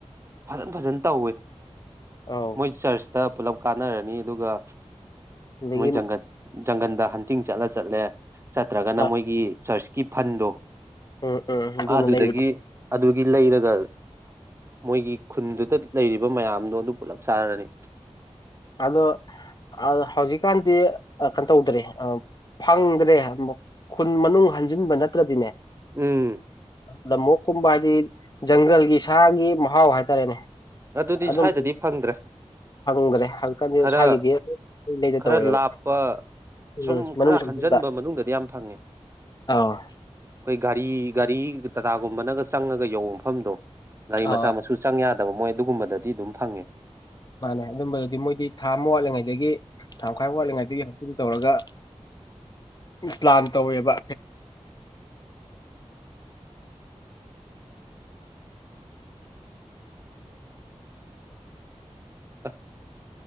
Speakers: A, on the right; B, on the left.
A: ꯐꯖꯟ ꯐꯖꯟ ꯇꯧꯋꯤ
B: ꯑꯧ
A: ꯃꯣꯏ ꯆꯔꯁꯇ ꯄꯨꯂꯞ ꯀꯥꯟꯅꯔꯅꯤ ꯑꯗꯨꯒ
B: ꯑꯗꯒꯤ
A: ꯃꯣꯏ ꯖꯪꯒꯜ ꯖꯪꯒꯜꯗ ꯍꯟꯇꯤꯡ ꯆꯠꯂ ꯆꯠꯂꯦ ꯆꯠꯇ꯭ꯔꯒꯅ
B: ꯑ
A: ꯃꯣꯏꯒꯤ ꯆꯔꯁꯀꯤ ꯐꯟꯗꯣ
B: ꯎꯝ ꯎꯝ ꯑꯗꯨꯅ
A: ꯑꯗꯨꯗꯒꯤ
B: ꯂꯩꯕꯗꯣ
A: ꯑꯗꯨꯒꯤ ꯂꯩꯔꯒ ꯃꯣꯏꯒꯤ ꯈꯨꯟꯗꯨꯗ ꯂꯩꯔꯤꯕ ꯃꯌꯥꯝꯗꯣ ꯑꯗꯨ ꯄꯨꯜꯂꯞ ꯆꯥꯔꯔꯅꯤ
B: ꯑꯗꯣ ꯑꯥ ꯍꯧꯖꯤꯛꯀꯥꯟꯗꯤ ꯑꯥ ꯀꯩꯅꯣ ꯇꯧꯗ꯭ꯔꯦ ꯐꯪꯗ꯭ꯔꯦ ꯈꯨꯟ ꯃꯅꯨꯡ ꯍꯟꯖꯤꯟꯕ ꯅꯠꯇ꯭ ꯔꯗꯤꯅꯦ
A: ꯎꯝ
B: ꯂꯝꯃꯣꯛꯀꯨꯝꯕ ꯍꯥꯏꯗꯤ ꯖꯪꯒꯜꯒꯤ ꯁꯥꯒꯤ ꯃꯍꯥꯎ ꯍꯥꯏꯇꯥꯔꯦꯅꯦ
A: ꯑꯗꯨꯗꯤ
B: ꯑꯗꯨꯝ
A: ꯁ꯭ꯋꯥꯏꯗꯗꯤ ꯐꯪꯗ꯭ꯔꯦ
B: ꯐꯪꯗ꯭ꯔꯦ ꯍꯧꯖꯤꯛꯀꯥꯟꯗꯤ
A: ꯈꯔ
B: ꯁꯥꯒꯤꯗꯤ ꯂꯩꯗ
A: ꯈꯔ
B: ꯇꯧꯔꯦꯕ
A: ꯂꯥꯞꯄ
B: ꯎꯝ
A: ꯁꯨꯝ
B: ꯃꯅꯨꯡ
A: ꯈꯔ
B: ꯆꯪꯁꯤꯟꯕ
A: ꯍꯟꯖꯟꯕ ꯃꯅꯨꯡꯗꯗꯤ ꯌꯥꯝ ꯐꯪꯉꯦ
B: ꯑꯥꯎ
A: ꯑꯩꯈꯣꯏ ꯒꯥꯔꯤ ꯒꯥꯔꯤ ꯇꯇꯥꯒꯨꯝꯕꯅꯒ ꯆꯪꯉꯒ ꯌꯧꯕ ꯃꯐꯝꯗꯣ ꯒꯥꯔꯤ
B: ꯑ
A: ꯃꯆꯥ ꯃꯁꯨ ꯆꯪ ꯌꯥꯗꯕ ꯃꯣꯏ ꯑꯗꯨꯒꯨꯝꯕꯗꯗꯤ ꯑꯗꯨꯝ ꯐꯪꯉꯦ
B: ꯃꯥꯅꯦ ꯑꯗꯨꯝꯕꯗꯨꯗꯤ ꯃꯣꯏꯗꯤ ꯊꯥ ꯑꯃ ꯋꯥꯠꯂꯤꯉꯩꯗꯒꯤ ꯊꯥꯃꯈꯥꯏ ꯑꯃ ꯋꯥꯠꯂꯤꯉꯩꯗꯒꯤ ꯍꯟꯇꯤꯡ ꯇꯧꯔꯒ ꯄ꯭ꯂꯥꯟ ꯇꯧꯋꯦꯕ
A: ꯑꯦ